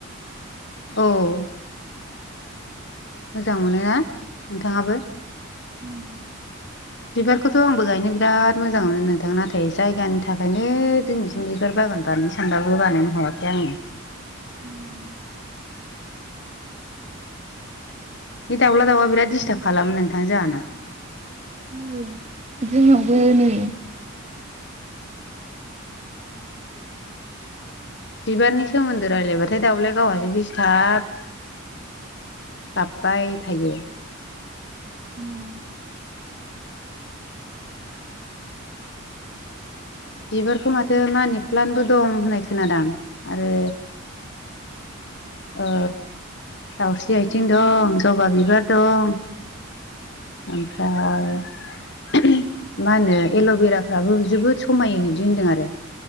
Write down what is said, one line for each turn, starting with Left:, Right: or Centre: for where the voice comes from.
Left: औ। मोजां मोनो ना नोंथाङाबो?
Right: उम
Left: बिबारखौथ' आंबो गायनो बिराद मोजां मोनो नोंथां नाथाय जायगानि थाखायनो दिनैसिम बिबार बा बागान गायनो सानबाबो हायाखै
Right: <inaudible>
Left: बे दाउला दाउआ बिराद दिडिस्टार्ब खालामो नोंथां जाोंहानाव।
Right: औ जोंनावबो नै
Left: बिबारनि सोमोन्दो राय्लायबाथाय दाउलाय गावहासो दिस्थार्ब गाबबाय थायो।
Right: उम।
Left: बिबारखौ माथो मानि प्लान्टबो दं होननाय खोनादों आरो ओ दाउस्रि आथिं दं जबा बिबार दं ओमफ्राय मा होनो एल'भेराफ्राबो जोबोद समाय बिदि होनदों आरो।